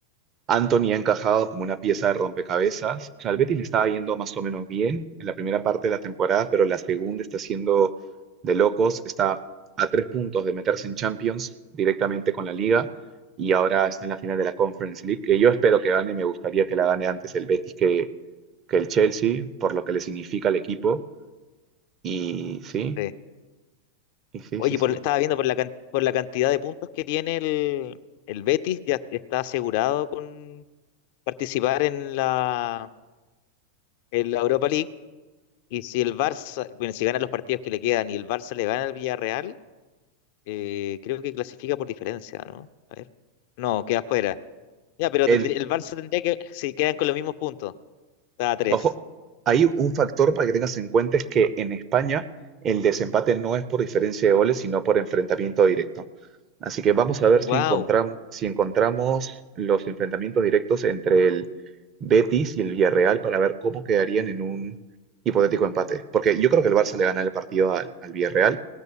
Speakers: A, on the right; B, on the left.
A: Anthony ha encajado como una pieza de rompecabezas. O sea, el Betis le estaba yendo más o menos bien en la primera parte de la temporada, pero la segunda está siendo de locos. Está a tres puntos de meterse en Champions directamente con la Liga y ahora está en la final de la Conference League, que yo espero que gane. Me gustaría que la gane antes el Betis que, que el Chelsea, por lo que le significa al equipo. Y sí,
B: Sí.
A: y sí,
B: Oye,
A: sí, sí.
B: por- estaba viendo por la, can- por la cantidad de puntos que tiene el, el Betis, ya está asegurado con participar en la, en la Europa League. Y si el Barça, bueno, si gana los partidos que le quedan y el Barça le gana al Villarreal, eh, creo que clasifica por diferencia, ¿no? A ver. No, queda fuera. Ya, pero
A: El
B: tendría- el Barça tendría que, si quedan con los mismos puntos, está a tres.
A: Ojo, hay un factor para que tengas en cuenta es que en España el desempate no es por diferencia de goles, sino por enfrentamiento directo. Así que vamos a ver
B: Wow.
A: si encontram- si encontramos los enfrentamientos directos entre el Betis y el Villarreal para ver cómo quedarían en un hipotético empate. Porque yo creo que el Barça le gana el partido al, al Villarreal